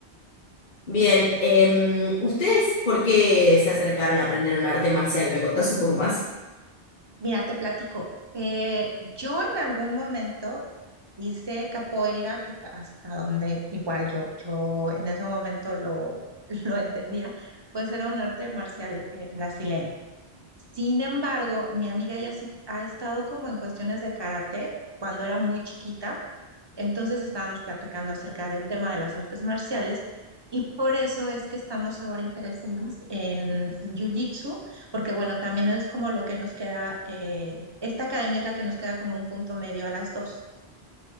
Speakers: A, on the left; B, on the right.
A: Bien, em, ¿ustedes por qué se acercaron a aprender un arte marcial? ¿Me contás un poco más?
B: Mira, te platico. Eh, yo en algún momento hice capoeira, que hasta donde igual yo, yo en ese momento lo, <laughs> lo entendía, pues era un arte marcial eh, brasileño. Sin embargo, mi amiga ya sí ha estado como en cuestiones de karate cuando era muy chiquita. Entonces estábamos platicando acerca del tema de las artes marciales y por eso es que estamos ahora interesados en, Jiu-Jitsu, porque bueno, también es como lo que nos queda, eh, esta academia es la que nos queda como un punto medio a las dos.